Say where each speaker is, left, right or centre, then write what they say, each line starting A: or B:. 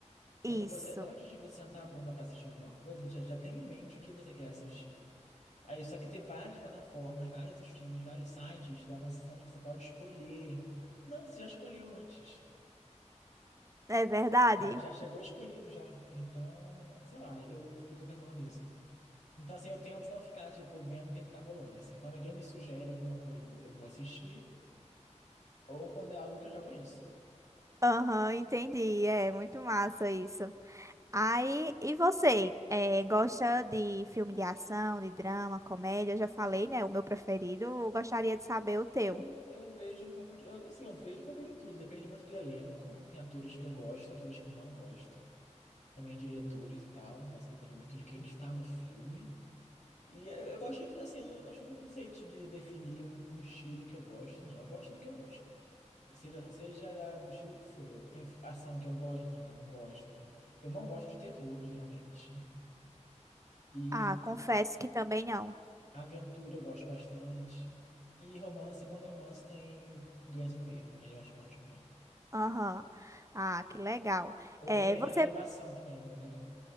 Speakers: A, on the left; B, on the right.
A: Quando
B: Isso,
A: você, antes de você sentar a bunda pra assistir alguma coisa, você já tem em mente o que você quer assistir. Aí, só que ter várias plataformas, vários streams, vários sites, te dá uma sensação de que você pode escolher. Não, você já escolheu antes.
B: é verdade.
A: Já, já chegou escolhido já. Então, sei lá, eu fico pensando nisso. Então, assim, eu tento não ficar, tipo, vendo o que é que tá rolando. Assim, quando alguém me sugere alguma coisa, eu vou assistir, ou quando é algo que eu já conheço.
B: Aham, entendi. É muito massa isso. Aí, e você? eh, gosta de filme de ação, de drama, comédia? Eu já falei, né? O meu preferido. Eu gostaria de saber o teu.
A: Eu, eu vejo um pouco de, eu, assim, eu vejo um pouco de tudo, depende muito do elenco. Tem atores que eu gosto, atores que eu não gosto, também diretores e tal, então assim, depende muito de quem está no filme. E eu, eu gosto, assim, eu não, eu não sei te de definir um, um estilo que eu gosto, não. Eu gosto do que eu gosto. Seja, seja da- do estilo que for. Tem ação que eu gosto, ação que eu não gosto. Eu não gosto de terror, geralmente. E
B: Ah, confesso que também não.
A: aventura eu gosto bastante. E romance, quando romance tem doença no meio. Aí eu acho ótimo também.
B: Aham. Ah, que legal.
A: Ou
B: Eh,
A: também
B: você
A: animação também, né? Legal.